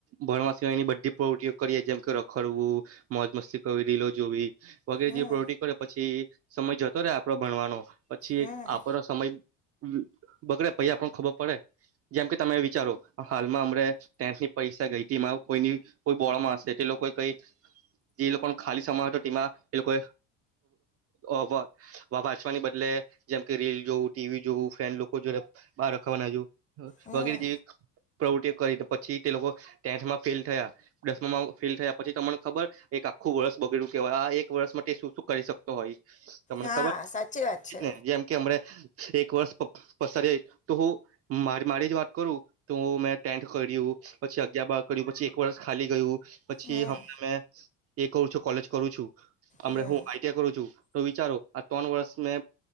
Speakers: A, on the right (about 40°); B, on the left (about 20°).
A: ભણવા સિવાયની બધી પ્રવૃત્તિઓ કરીએ જેમ કે રખડવું મોજ મસ્તી કરવી રીલો જોવી. વગેરે
B: હમ
A: જે પ્રવૃત્તિ કરે પછી સમય જતો રહેે આપડો ભણવાનો. પછી
B: હમ
A: આપણો સમય <unintelligible> બગડે પછી આપણ ખબર પડે. જેમ કે તમે વિચારો હાલમાં અમણે ટેન્થની પરીક્ષા ગઈ તી <unintelligible> કોઈની કોઈ બોળમાં હશે તે લોકો એ કઈ જે લોકોનો ખાલી સમય હતો તેમાં તે એ લોકો અ વ વા વાંચચવાને બદલે જેમકે રીલ જોવું ટીવી જોવું ફ્રેન્ડ લોકો જોડે બહાર રખવા ના જોવુ. <unintelligible>
B: હમ
A: વગેરે જે પ્રવૃતિઓ કરી પછી તે લોકો ટેન્થમાં ફેલ થયા. દસમામાં ફેલ થયા પછી તમન ખબર એક આખું વર્ષ બગડેલું કેવાય એક વર્ષ મા તે શું શું કરી શકતો હોય. તમને
B: હા
A: ખબર <unintelligible>
B: સાચી વાત છે
A: જેમ કે હમણે એક વર્ષ પ પસારે તો હું મારે મારી જ વાત કરું તો મેં ટેન્ટ કર્યું પછી અગા બાર કર્યું પછી એક વરષ ખાલી ગયું પછીમને
B: હમ
A: એ કરું છું કોલેજ કરું છું અમ
B: હમ
A: હું આઈ ટી કરું છું. તો વિચારો આ ત્રણ વર્ષ મે